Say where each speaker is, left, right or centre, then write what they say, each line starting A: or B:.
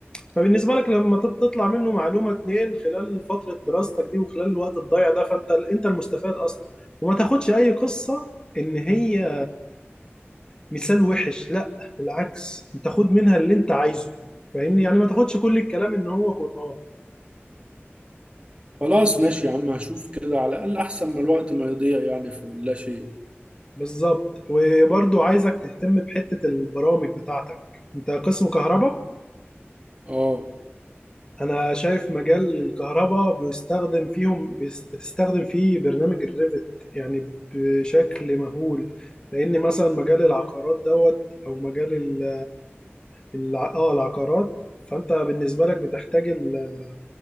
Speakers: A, on the left; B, on the right.
A: فبالنسبة لك لما تط- تطلع منه معلومة اتنين خلال فترة دراستك دي وخلال الوقت الضايع ده فانت ال- انت المستفاد اصلا وما تاخدش اي قصة ان هي مثال وحش لا بالعكس انت خد منها اللي انت عايزه فاهمني يعني ما تاخدش كل الكلام ان هو قرآن
B: خلاص ماشي يا عم هشوف كده على الأقل أحسن ما الوقت ما يضيع يعني في لا شيء
A: بالظبط وبرضو عايزك تهتم بحتة البرامج بتاعتك انت قسم كهرباء
B: اه
A: انا شايف مجال الكهرباء بيستخدم فيهم بيس- بتستخدم فيه برنامج الريفت يعني بشكل مهول لان مثلا مجال العقارات دوت او مجال ال- الع... اه العقارات فانت بالنسبه لك بتحتاج ال-